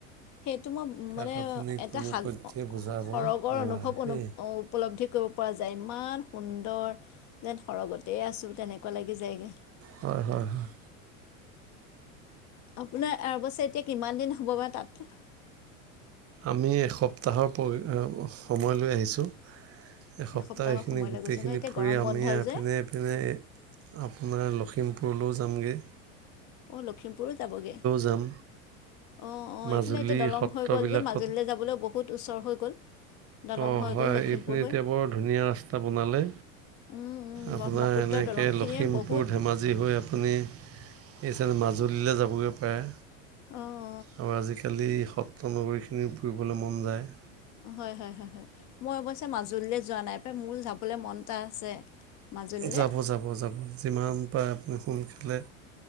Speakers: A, on the left; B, on the right.
A: সেইটো মই
B: তাক
A: মানে
B: আপুনি
A: এটা
B: কোনো
A: সাগ
B: পধ্যেই বুজাব
A: সৰগৰ
B: নোৱাৰে
A: অনুভৱ
B: দেই
A: অনু উপলব্ধি কৰিব পৰা যায় ইমান সুন্দৰ যেন সৰগতেই আছোঁ তেনেকুৱা লাগি যায়গৈ।
B: হয়ঁ হয়ঁ হয়ঁ!
A: আপোনাৰ অ অৱশ্যে এতিয়া কিমান দিন হ'ব বাৰু তাত
B: আমি এসপ্তাহৰ সময়লৈ আহিছোঁ। এসপ্তাহ
A: এসপ্তাহৰ
B: এইখিনি
A: সময়
B: গোটেইখিনি
A: লৈ গৈছে ন এতিয়া
B: ফুৰি
A: গৰম
B: আমি
A: বন্ধ
B: আপিনে।
A: যে
B: এপিনে আপোনাৰ লখিমপুৰলৈও যামগে।
A: অঁ লখিমপুৰো যাবগে
B: যাম
A: অঁ অঁ
B: মাজুলী
A: এইফালে এতিয়া দলং
B: সত্ৰবিলাকত
A: হৈ গ'ল যে মাজুলীলৈ যাবলৈও বহুত ওচৰ হৈ গ'ল। দলং
B: অঁ
A: হৈ
B: হয়
A: গ'ল লখিমপুৰ
B: এইটো এতিয়া
A: হৈ
B: বৰ ধুনীয়া ৰাস্তা বনালে।
A: উম, উম,
B: আপোনাৰ
A: ব্ৰহ্মপুত্ৰৰ
B: এনেকে
A: দলংখিনিয়ে
B: লখিমপুৰ
A: বহুত
B: ধেমাজি হৈ আপুনি এই চাটে মাজুলীলৈ যাবগৈ পাৰে।
A: অ‍‌‌।
B: আৰু আজিকালি সত্ৰ নগৰীখিনি ফুৰিবলৈ মন যায়।
A: হয়ঁ হয়ঁ হয়ঁ হয়ঁ মই অৱশ্যে মাজুলীলৈ যোৱা নাই মোৰ যাবলৈ মন এটা আছে। মাজুলীলৈ
B: যাব যাব যাব যিমান পাৰে আপুনি সোনকালে।